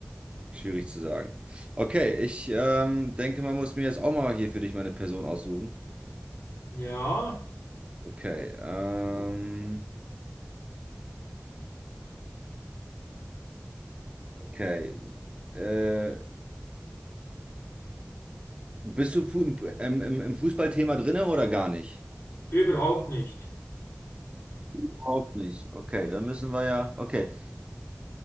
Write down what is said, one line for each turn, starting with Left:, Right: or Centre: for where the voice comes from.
Right: Schwierig zu sagen. Okay, ich ähm, denke, man muss mir jetzt auch mal hier für dich meine Person aussuchen.
Left: Ja,
Right: Okay, ähm, okay. Äh, bist du fu im, im, im Fußballthema drinne oder gar nicht?
Left: überhaupt nicht.
Right: Überhaupt nicht. Okay, dann müssen wir ja. Okay,